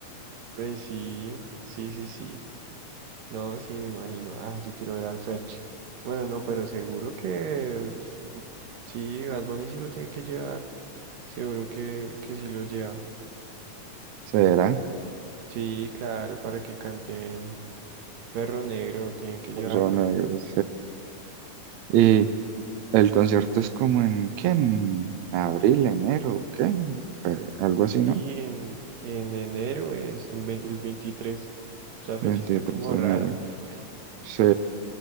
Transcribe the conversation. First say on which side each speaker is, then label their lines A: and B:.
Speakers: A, on the right; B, on the right.
A: Pues sí, sí, sí, sí. No, sí, me imagino. Ah, yo quiero ver al Fercho. Bueno, no, pero seguro que sí, Bad Bunny sí lo tiene que llevar. Seguro que, que sí lo lleva.
B: ¿Será?
A: Sí, claro, para que canten Perro Negro, tienen que llevarlo.
B: Los negros, sí. El concierto es como en, ¿qué? En abril, enero, ¿qué? Fe- Algo así,
A: Y
B: ¿no?
A: en, en enero es el ve- el 23. Esa fecha
B: veintitrés
A: está como
B: de
A: rara,
B: enero.
A: pero bueno.
B: Sí,